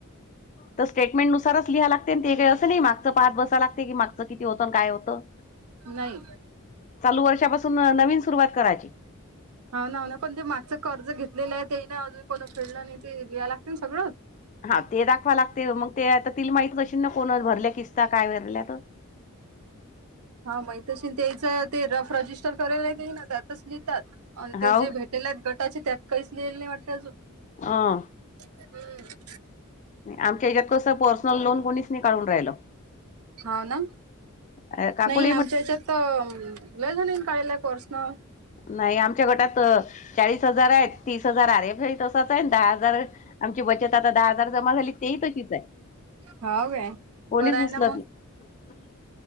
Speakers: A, on the left; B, on the right.
A: तर स्टेटमेंट नुसारच लिहा लाग तेन ते काय असं नाही मागचं पात बसा लागते की मागचं किती होतं आन काय होतं.
B: नाही
A: चालू वर्षापासून नवीन सुरुवात करायची.
B: हा ना हा ना पण ते मागचं कर्ज घेतलेलं आहे ते ना अजून कोणा फिल्डला नाही ते लिहाय लागतील सगळंच.
A: हा ते दाखवा लागते मग ते आता तिल माहितीच अशीन ना कोणा भरल्या किस्ता काय भरल्या तर.
B: हा माहित असेल त्याचा ते रफ रजिस्टर कराय राहते ना त्यातच लिहितात आणि ते
A: हाव
B: जे भेट त्याल्यात गटाचे त्यात काहीच लिहिलं नाही वाटतं अजून.
A: हां
B: हम्म.
A: आमच्या हच्यात कसं पर्सनल लोन कोणीच नाही काढून राहिलं.
B: हा ना
A: अ काकुले
B: नाही आमच्या
A: म्हण
B: हेच्यात तर लई म्हणून काळेलं आहे पर्सनल
A: नाही आमच्या गटात चाळीस हजार आहेत तीस हजार <unintelligible> आणि आहे दहा हजार आमची बचत आता दहा हजार जमा झाली तेही तशीच आहे.
B: हाव काय
A: कोणीच
B: बरं आहे
A: उचलत
B: ना मग
A: नाही